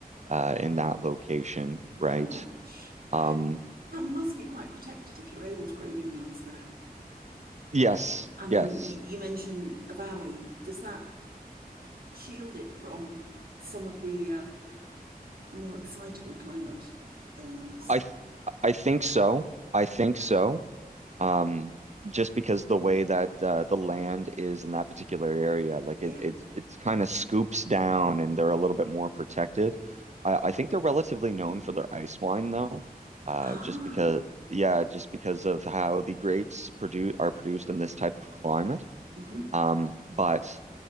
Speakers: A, on the right (about 45°); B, on the right (about 70°).
A: uh, in that location, right?
B: gosh.
A: Um,
B: That must be quite protected if you're able to grow vineyards there.
A: yes,
B: I mean,
A: yes.
B: you, you mentioned a valley. Does that shield it from some of the uh, more excitable climate elements.
A: I th I think so. I think so. um, just because the way that uh, the land is in that particular area, like
B: Yeah.
A: it it's it's kind of scoops down and they're a little bit more protected. I, I think they're relatively known for their ice wine though, uh,
B: Ah.
A: just because yeah, just because of how the grapes produce are produced in this type of climate.
B: mhm.
A: Um, but